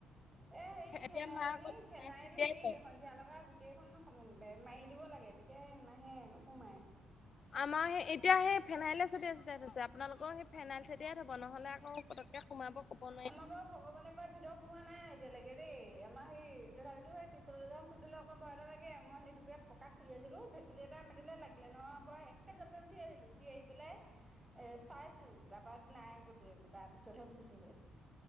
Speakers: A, on the right (about 15°); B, on the left (about 45°).
A: এ, হেৰি ফেনাইল
B: এতিয়া মা
A: আনি
B: আকৌ
A: ফেনাইল
B: তাক ছটিয়াই
A: হেৰি
B: থয়
A: সন্ধিয়া লগা গোটেইখন <unintelligible> মাৰি দিব লাগে, তেতিয়াই নাহে, নোসোমাই।
B: আমাৰ সেই এতিয়া সেই ফেনাইলে চতিয়াই চতিয়াই থৈছে আপোনালোকৰ সেই ফেনাইল চতিয়াই থ'ব নহ'লে আকৌ পতককে সোমাব ক'ব নোৱাৰি
A: আমাৰ বাৰু ভগৱানে কৰাত ভিতৰত সোমোৱা নাই এতিয়ালৈকে দেই আমাৰ সেই তথাপিতো সেই পিছ <unintelligible> খুধিলে অকণ ভয় এটা লাগে মই সেই দুপৰীয়া পকাত শুই আছিলোঁ ভেকুলী এটা মতিলে লাগিলে নয় ব এক কে জাপে উঠি আহিলো, উঠি আহি পেলাই এ চাইছো তাৰপা নাই ক'তো একো তাৰ পিছতহে শুইছোগে।